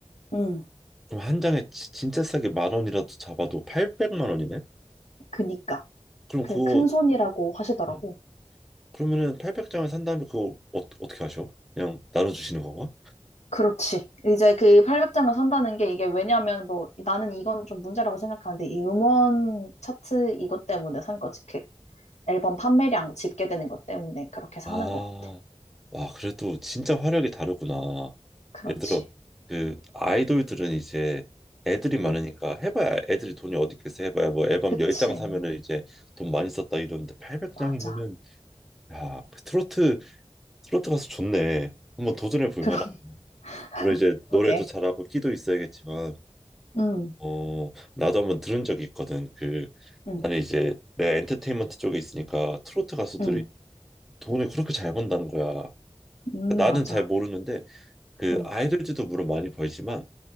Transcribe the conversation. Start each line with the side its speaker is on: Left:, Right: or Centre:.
Left: 음,
Centre: 그럼 한 장에 지- 진짜 싸게 만 원이라도 잡아도 800만 원이네?
Left: 그니까.
Centre: 그럼
Left: 그
Centre: 그거
Left: 큰 손이라고 하시더라고.
Centre: 어, 그러면은 800장을 산 다음에 그거 어, 어떻게 하셔? 그냥 나눠주시는 건가?
Left: 그렇지. 이제 그 800장을 산다는 게 이게 왜냐면 뭐 나는 이건 좀 문제라고 생각하는데 이 음원 차트 이것 때문에 산 거지. 그 앨범 판매량 집계되는 것 때문에 그렇게 사는
Centre: 아,
Left: 것 같아.
Centre: 와, 그래도 진짜 화력이 다르구나.
Left: 그렇지.
Centre: 예를 들어, 그 아이돌들은 이제 애들이 많으니까
Left: 응.
Centre: 해봐야 애들이 돈이 어디 있겠어 해봐야 뭐 앨범
Left: 그치.
Centre: 10장 사면은 이제 돈 많이 썼다 이러는데 800장이면은
Left: 맞아.
Centre: 야, 그 트로트 트로트 가수 좋네. 한번 도전해 볼
Left: <laughs>
Centre: 만한. 물론 이제
Left: 그러- 그러게.
Centre: 노래도 잘하고 끼도 있어야겠지만
Left: 응,
Centre: 어, 나도 한번 들은 적이 있거든. 그
Left: 응,
Centre: 나는 이제 내가 엔터테인먼트 쪽에 있으니까 트로트 가수들이
Left: 응,
Centre: 돈을 그렇게 잘 번다는 거야.
Left: 응,
Centre: 그러니까 나는
Left: 맞아.
Centre: 잘 모르는데 그
Left: 응,
Centre: 아이돌들도 물론 많이 벌지만